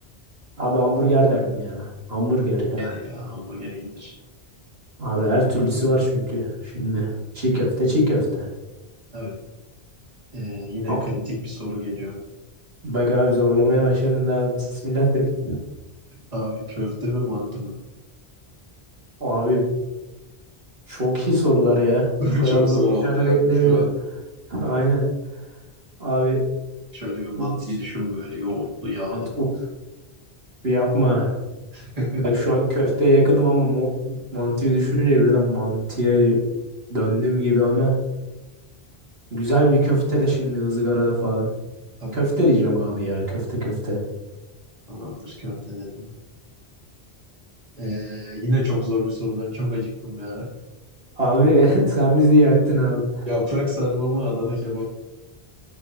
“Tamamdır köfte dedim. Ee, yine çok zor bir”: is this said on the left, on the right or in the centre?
Right